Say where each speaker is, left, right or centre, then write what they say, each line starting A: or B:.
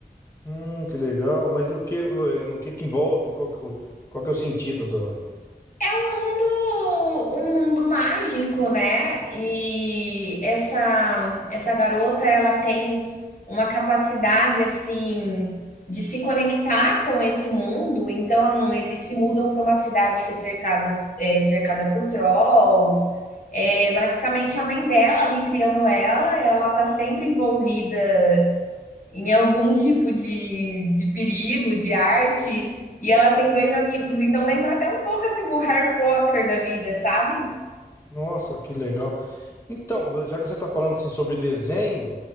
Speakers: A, on the left; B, on the left.
A: Hum, que legal. Mas do que, eh, no que que envolve? Qual que, o- qual que é o sentido do...
B: um mundo, um mundo mágico, né? E essa, essa garota, ela tem uma capacidade, assim, de se conectar com esse mundo. Então, eles se mudam para uma cidade que é cercada, é, cercada por trolls. É, basicamente, a mãe dela ali criando ela, ela tá sempre envolvida em algum tipo de, de perigo, de arte, e ela tem dois amigos. Então lembra até um pouco assim o Harry Potter da vida, sabe?
A: Nossa, que legal. Então, já que você está falando assim sobre desenho,